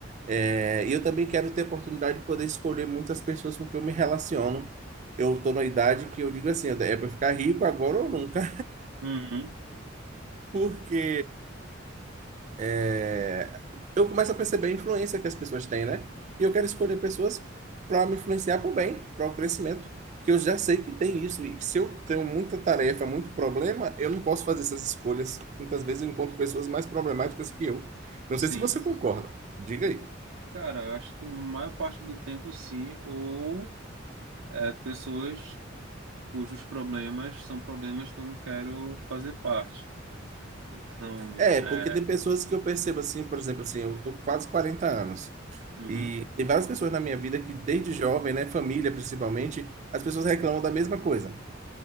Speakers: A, on the right (about 40°); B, on the right (about 80°).
A: É, e eu também quero ter a oportunidade de poder escolher muitas pessoas com que eu me relaciono. Eu estou na idade que eu digo assim, é para ficar rico agora ou nunca.
B: uhum,
A: Porque é, eu começo a perceber a influência que as pessoas têm, né? E eu quero escolher pessoas para me influenciar para o bem, para o crescimento, que eu já sei que tem isso. E que se eu tenho muita tarefa, muito problema, eu não posso fazer essas escolhas. Muitas vezes eu encontro pessoas mais problemáticas que eu. Não
B: sim.
A: sei se você concorda. Diga aí.
B: Cara, eu acho que a maior parte do tempo, sim, ou é, pessoas cujos problemas são problemas que eu não quero fazer parte. Então,
A: É,
B: é,
A: porque tem pessoas que eu percebo assim, por exemplo, assim, eu tô com quase 40 anos.
B: uhum,
A: E tem várias pessoas na minha vida que desde jovem, né, família principalmente, as pessoas reclamam da mesma coisa,